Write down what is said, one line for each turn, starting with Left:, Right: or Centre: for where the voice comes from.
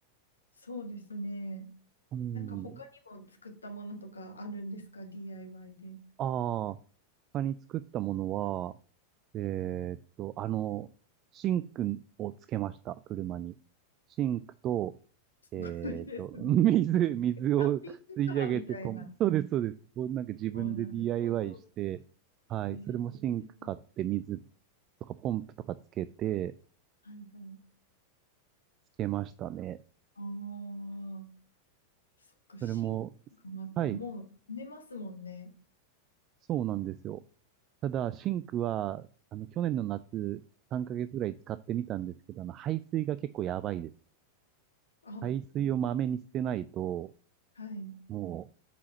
Left: そうですね。
Right: うん。
Left: なんか他にも作ったものとかあるんですか ?DIY で。
Right: ああ、他に作ったものは、えーっと、あの、シンクをつけました、車に。シンクと、
Left: すごいですね。
Right: えーっと、<laughs> 水、
Left: キ
Right: 水を吸い上げてポン。
Left: ャンピングカーみたいな。
Right: そうです、そうです。もうなんか自分で
Left: あ、なるほど。
Right: DIY して、はい、
Left: ええ
Right: それもシンク買って水とかポンプとかつけて、
Left: はいはい。
Right: つけましたね。
Left: ああ、そっか、シンクとかもあったらもう埋めますもんね。
Right: それも、はい、そうなんですよ。ただ、シンクは、あの、去年の夏、3ヶ月ぐらい使ってみたんですけど、あの、排水が結構やばいです。
Left: あ、
Right: 排水をまめに捨てないと、
Left: はい。
Right: も